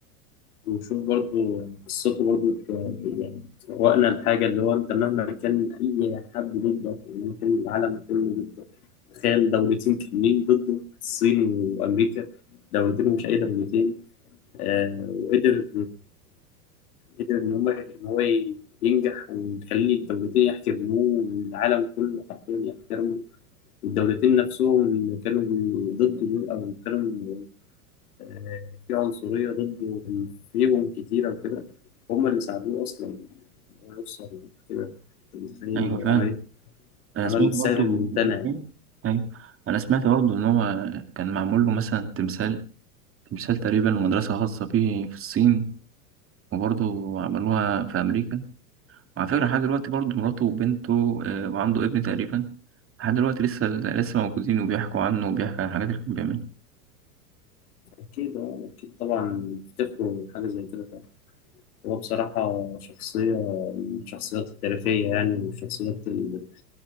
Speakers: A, on the left; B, on the right.
A: وشوف برضو قصته برضو ت- يعني تفوقنا الحاجة اللي هو أنت مهما كان أي حد ضدك ومهما كان العالم كله ضدك تخيل دولتين كاملين ضده الصين وأمريكا دولتين ومش أي دولتين آه وقدر قدر إن هو إن هو ينجح ويخلي الدولتين يحترموه والعالم كله حرفيا يحترمه والدولتين نفسهم اللي كانوا ضده دول أو كانوا آه، في عنصرية ضده فيهم كتيرة وكده هم اللي ساعدوه أصلا إن هو يوصل كده أنت متخيل
B: أيوة
A: هو
B: فعلا
A: عمل إيه؟
B: أنا
A: عمل
B: سمعت
A: السهل
B: برضه
A: الممتنع يعني.
B: إيه؟ أيوة أنا سمعت برضه إن هو كان معمول له مثلا تمثال تمثال تقريبا مدرسة خاصة بيه في الصين وبرضه عملوها في أمريكا وعلى فكرة لحد دلوقتي برضه مراته وبنته آه، وعنده ابن تقريبا لحد دلوقتي لسه لسه موجودين وبيحكوا عنه وبيحكوا عن الحاجات اللي كان بيعملها
A: أكيد آه، أكيد طبعا افتكروا حاجة زي كده طبعا هو بصراحة شخصية من الشخصيات التاريخية يعني والشخصيات اللي